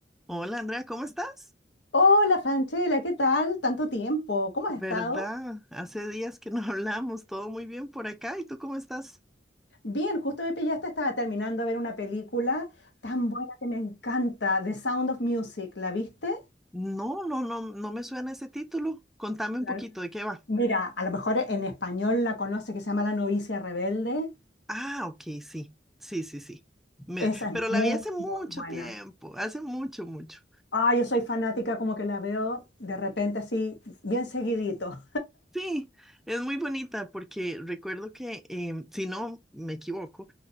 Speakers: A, in the centre; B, on the left.
A: Hola Andrea, ¿cómo estás?
B: Hola Franchela, ¿qué tal? Tanto tiempo, ¿cómo has
A: ¿Verdad?
B: estado?
A: Hace días que no <laughs> hablamos, todo muy bien por acá. ¿Y tú cómo estás?
B: Bien, justo me pillaste, estaba terminando de ver una película tan buena que me encanta, The Sound of Music, ¿la viste?
A: No, no, no, no me suena ese título. Contame un
B: La-
A: poquito de qué va.
B: Mira, a lo mejor en español la conoce, que se llama La novicia rebelde.
A: Ah, ok, sí, sí, sí, sí. Me-
B: Esa es
A: pero
B: muy,
A: la vi hace mucho
B: muy buena.
A: tiempo, hace mucho, mucho.
B: Ah, yo soy fanática, como que la veo de repente así, bien seguidito.
A: Sí, es muy bonita porque recuerdo que, em, si no me equivoco,